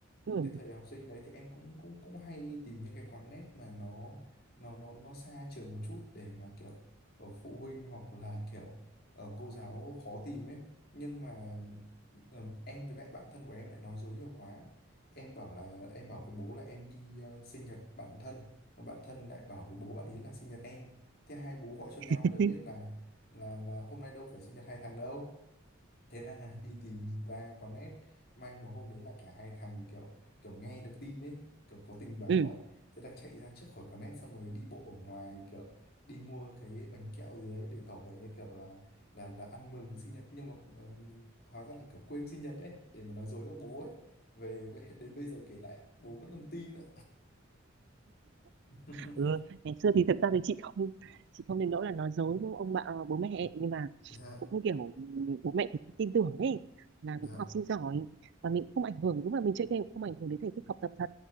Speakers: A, on the right (about 55°); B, on the left (about 50°).
A: ừ.
B: cái thời học sinh đấy thì em cũng cũng cũng hay tìm những cái quán net mà nó nó nó nó xa trường một chút để mà kiểu ở phụ huynh hoặc là kiểu ở cô giáo khó tìm ấy nhưng mà ừm, em với lại bạn thân của em lại nói dối nhiều quá em bảo là em bảo với bố là em đi ờ, sinh nhật bạn thân một bạn thân lại bảo với bố bạn ấy là sinh nhật em thế hai bố gọi cho nhau
A: <laughs>
B: là biết là là là hôm nay đâu phải sinh nhật hai thằng đâu thế là <laughs> đi tìm ra có nét may mà hôm đấy là cả hai thằng kiểu kiểu nghe được tin ấy kiểu có tình báo
A: ừ
B: ấy thế là chạy ra trước khỏi có nét xong rồi đi bộ ở ngoài kiểu đi mua cái bánh kẹo gì đấy để tỏ vẻ như kiểu là là là ăn mừng sinh nhật nhưng mà ừm, hóa ra là kiểu quên sinh nhật ấy để mà nói dối với bố ấy về về- <laughs> đến bây giờ kể lại bố vẫn còn tin ạ <laughs>
A: ừ, ngày xưa thì thật ra thì chị không chị không đến nỗi là nói dối với ông bà ờ, bố mẹ ấy. nhưng mà
B: dạ
A: cũng kiểu ừ, bố mẹ thì tin tưởng ấy là
B: dạ
A: mình cũng học sinh giỏi và mình cũng không ảnh hưởng lúc mà mình chơi game cũng không ảnh hưởng đến thành tích học tập thật